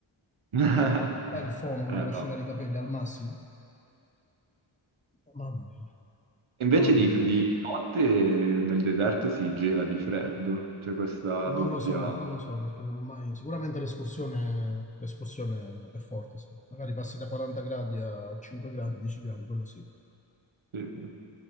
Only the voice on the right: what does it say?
<laughs>
Eh,
no.
Invece
di,
di notte eh, nel deserto si gela di freddo, c'è questa
doppia...
sì, sì.